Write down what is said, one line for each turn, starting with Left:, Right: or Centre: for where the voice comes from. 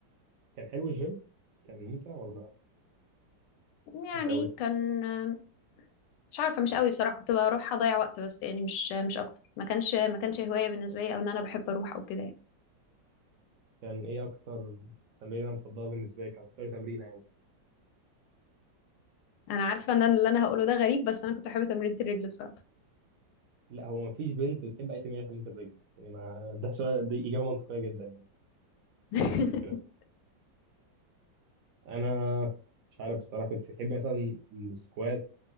Right: كان حلو الجيم كان ممتع ولا
Left: يعني
Right: مش قوي
Left: كان آه، مش عارفة مش قوي بصراحة كنت بروح أضيع وقت بس يعني مش مش أكتر ما كانش ما كانش هواية بالنسبة لي أو إن أنا بحب أروح أو كده يعني.
Right: كان ايه اكتر تمرينه مفضله بالنسبه لك او اكتر تمرينه يعني
Left: أنا عارفة إن أنا اللي أنا هقوله ده غريب بس أنا كنت بحب تمرينة الرجل بصراحة
Right: لا هو مفيش بنت بتحب اي تمرينه تمرينه الرجل يعني ما ده سؤال دي اجابه منطقيه جدا يعني
Left: <laughs>
Right: بس مش مشكله انا مش عارف الصراحه كنت بتحب مثلا السكوات